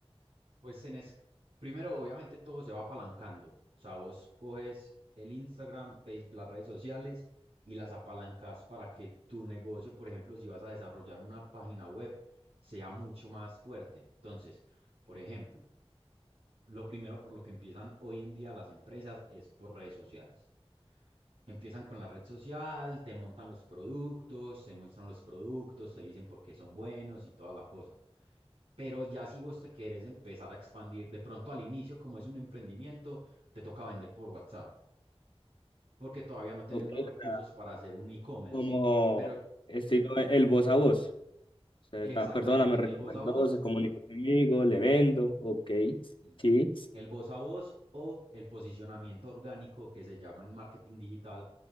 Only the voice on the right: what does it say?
Pues tenés, primero, obviamente todo se va apalancando. O sea, vos coges el Instagram, Facebook, las redes sociales y las apalancas para que tu negocio, por ejemplo, si vas a desarrollar una página web, sea mucho más fuerte. Entonces, por ejemplo, lo primero por lo que empiezan hoy en día las empresas es por redes sociales. Empiezan con la red social, te montan los productos, te muestran los productos, te dicen por qué son buenos y toda la cosa. Pero ya si vos te querés empezar a expandir, de pronto al inicio, como es un emprendimiento, te toca vender por WhatsApp, porque todavía no tenés
los
recursos
para hacer un e-commerce.
Pero
exactamente,
el voz a voz,
mm,
el voz a voz o el posicionamiento orgánico que se llama en marketing digital,